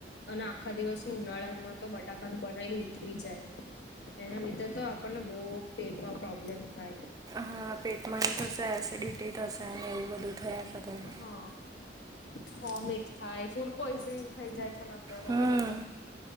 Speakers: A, on the left; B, on the right.
A: અને આખા દિવસ ઉનાળામાં તો બટાકાનું બનાલું ઉતરી જાય એના લીધે તો આપણને બહ પેટમાં પ્રોબ્લેમ થાય
B: હા પેટમાં એવું થશે એસિડિટી થશે અને એવું બધું થયા કદામ
A: હા વોમિટ થાય ફૂડ પોઈઝનિંગ થઈ જાય છે ને અત્યારે
B: હમ
A: તો